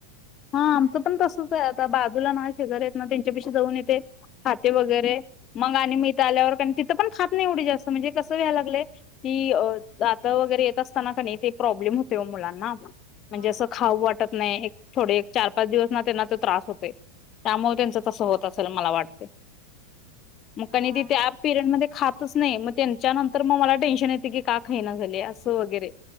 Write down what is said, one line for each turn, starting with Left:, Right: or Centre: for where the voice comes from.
Left: हा आमचं
Right: आणि
Left: पण तसच आहे आता बाजूला माझ शे घर आहेत ना त्यांच्यापशी जाऊन येते. खाते वगैरे. मग आणि मी इथ आल्यावरण तिथं पण खात नाही एवढी जास्त म्हणजे कस व्हाय लागलय. ती दातं वगैरे येत असताना का नाही? ते प्रॉब्लेम होतय ओ मुलांना. म्हणजे
Right: मग हा
Left: असं
Right: ना
Left: खाऊ वाटत नाही. एक थोडे चार -पाच दिवस ना त्यांना ते त्रास होतय. त्यामुळ
Right: हा
Left: त्यांच तस होत असेल मला वाटतय. मग कणी
Right: माझ
Left: ती त्या पिरड मध्ये खात च नाही मग त्यांच्या नंतर मग मला टेन्शन येत की का खाईना झाल्या? असं वगैरे.